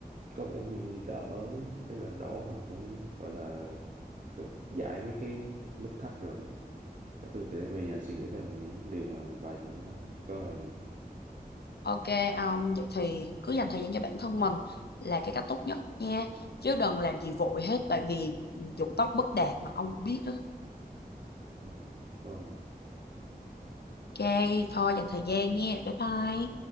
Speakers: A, on the right (about 50°); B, on the left (about 85°).
A: có vẻ như đỡ, đấy là đầu óc mình cũng gọi là được giải mấy cái nút thắt rồi. á. Chắc tôi phải về nhà suy nghĩ thêm về những điều mà bà vừa mới nói. Cảm ơn bà nhiều.
B: ok ông um, vậy thì cứ dành thời gian cho bản thân mình là cái cách tốt nhất nha chứ đừng làm gì vội hết tại vì dục tốc bất đạt mà ông cũng biết đó
A: Ờ, Cảm ơn.
B: Ok, thôi dành thời gian nha. Bye bye.